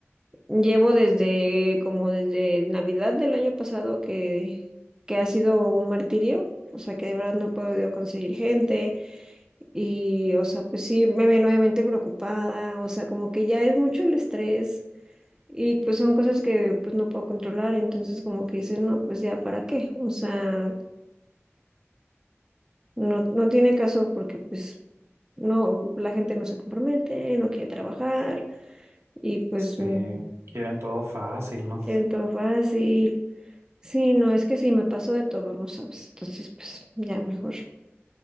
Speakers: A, on the right; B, on the right.
A: llevo desde como desde Navidad del año pasado que, que ha sido un martirio, o sea, que de verdad no he podido conseguir gente. Y, o sea, pues sí, me ven obviamente preocupada, o sea, como que ya es mucho el estrés y pues son cosas que pues no puedo controlar, entonces como que dicen, no, pues ya, ¿para qué? O sea, no, no tiene caso porque pues no, la gente no se compromete, no quiere trabajar y pues
B: Sí,
A: mm,
B: quieren todo fácil, ¿no?
A: quieren todo fácil. Sí, no, es que sí, me pasó de todo, no sabes, entonces pues ya mejor